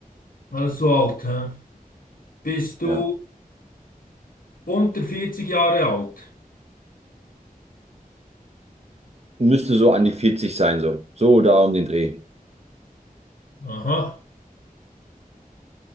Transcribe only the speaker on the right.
Ja.
Müsste so an die vierzig sein, so. So da um den Dreh.